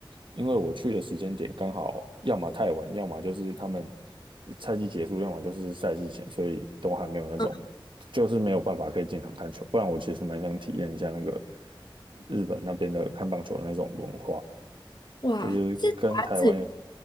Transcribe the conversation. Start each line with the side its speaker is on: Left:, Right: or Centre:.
Right: 因为我去的时间点刚好要么太晚，要么就是他们赛季结束，要么就是赛季前，所以都还没有那种，
Left: 嗯，
Right: 就是没有办法可以进场看球。不然我其实蛮想体验一下那个日本那边的看棒球的那种文化，
Left: 哇，
Right: 就是跟台湾有
Left: 是杂志。